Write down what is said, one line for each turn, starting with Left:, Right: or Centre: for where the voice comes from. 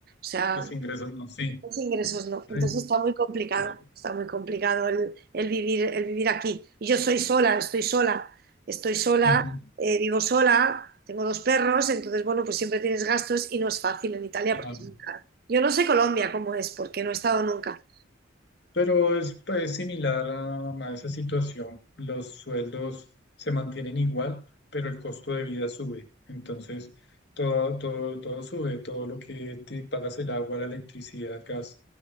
Right: sea,
Left: Los ingresos no, sí.
Right: los ingresos no.
Left: Re-
Right: Entonces está muy complicado,
Left: re-
Right: está muy complicado el, el vivir, el vivir aquí. Y yo soy sola, estoy sola, estoy sola,
Left: ujú,
Right: eh, vivo sola, tengo dos perros, entonces, bueno, pues siempre tienes gastos y no es fácil en Italia
Left: claro.
Right: porque es muy caro. Yo no sé Colombia cómo es, porque no he estado nunca.
Left: Pero es pues, similar a, a esa situación. Los sueldos se mantienen igual, pero el costo de vida sube. Entonces, todo, todo, todo sube, todo lo que te pagas el agua, la electricidad, gas,